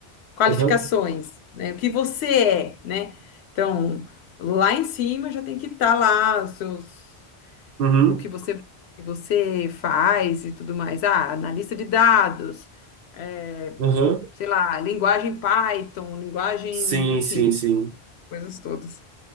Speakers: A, on the left; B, on the right.
A: qualificações,
B: aham,
A: né? O que você é, né? Então, lá em cima já tem que estar lá os seus,
B: uhum,
A: o que você, o que você faz e tudo mais. Ah, analista de dados é,
B: aham.
A: sei lá, linguagem Python, linguagem,
B: Sim,
A: enfim,
B: sim, sim.
A: coisas todas.